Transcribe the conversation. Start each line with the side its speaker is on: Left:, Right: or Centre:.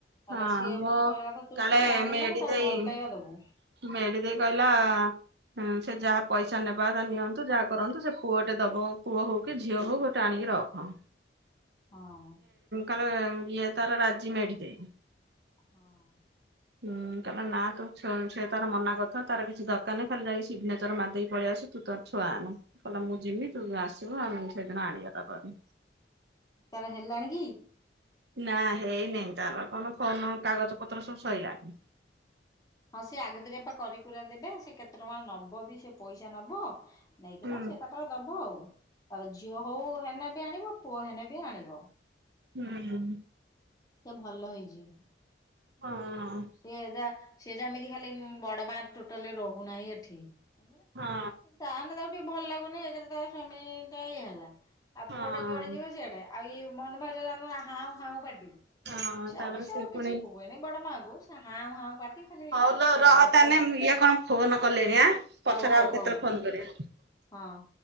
Left: ହେଲା
Right: ହଁ
Left: ସିଏ
Right: ମୁଁ
Left: ମୋ କହିବା କଥା ତୁ
Right: କାଳେ
Left: ଛୁଆଟା ଆଣିବୁ
Right: ଏଡି
Left: ମାନେ ତାକୁ
Right: ଦେଇ
Left: ଭଲ ପାଇବା ଦବୁ
Right: ମେଡି ଦେଇ କହିଲା ହୁଁ ସେ ଯାହା ପଇସା ନେବା ତା ନିଅନ୍ତୁ ଯାହା କରନ୍ତୁ ସେ ପୁଅଟେ ଦବ ପୁଅ ହଉ କି ଝିଅ ହଉ ଟ ଆଣିକି ରଖ
Left: ହଁ।
Right: କା ଇଏ ତାର ରାଜି ମେଡି ଦେଇ।
Left: ହଁ
Right: ହୁଁ କହିଲ ନା ତୁ ସେ ତାର ମନା କଥା ତାର କିଛି ଦରକାରହିଁ ଖାଲି ଯାଇକି ସିଗନେଚର ମାରିକି ପଳେଇ ଆସୁ ତୁ ତ ଛୁଆ ନା କହିଲଲେ ମୁଁ ଯିବି ତୁ ଆସିବୁ ଆମେ ସେଇଦିନ ଆଣିବା ତାପରେ।
Left: ତାର ହେଲାଣି କି?
Right: ନାଁ ହେଇନେଇ ତାର କଣ ଫୋନ କାଗଜ ପତ୍ର ସବୁ ସଇଲାଣି।
Left: ହଁ ସେ ଆଗୁତିରିଆ ପା କରିକୁରା ଦେବେ ସେ କେତେ ଟଙ୍କା ନବ ବି ସେ ପଇସା ନବ। ନେଇକି
Right: ହୁଁ
Left: ନାଁ ସେ ତାପରେ ଦବ ଆଉ ତାପରେ ଝିଅ ହଉ ହେନେ ବି ଆଣିବ ପୁଅ ହେନେ ବି ଆଣିବ।
Right: ହୁଁ ଉଁ।
Left: ଏଁ ଭଲ ହେଇଛି।
Right: ହଁ ଅଁ।
Left: ସିଏ ଯା ସିଏ ଯେମିତି ଖାଲି ବଡ ମାଆ ଟୋଟାଲି ରହୁନାହିଁ ଏଠିଁ। ତାପରେ
Right: ହଁ
Left: ତା ମାନେ ତାକୁ ଟିକେ ଭଲ ଲାଗୁନି ଏକେରେ ତାର ସ୍ବାମୀ ଟା ଇଏ ହେଲା। ଆଉ
Right: ହଁ
Left: ପୁଅ ଟା ଯୁଆଡେ ଯିବ ସିଆଡେ ଆଉ ମୋହନ ମାଝି ର ଜାଣିନୁ ନାଁ ହାଉଁ ହାଉଁ ପାଟି।
Right: ହଁ
Left: ସେ
Right: ତାପରେ
Left: ଅବଶ୍ୟ
Right: ପୁଣି
Left: କିଛି କୁହେନି ବଡ ମା କୁ ସେ ହାଉଁ ହାଉଁ ପାଟି। ଖାଲି
Right: ହଉଲୋ
Left: ଏ
Right: ରହ
Left: ଏପଟ
Right: ତାନେ ମୁଁ ଇଏ କଣ ଫୋନ କଲେଣି ଆଁ ପଛରେ
Left: ହଉ ହଉ
Right: ଆଉ
Left: ହଉ
Right: କେତେବେଳେ ଫୋନ କରିବା।
Left: ହଁ।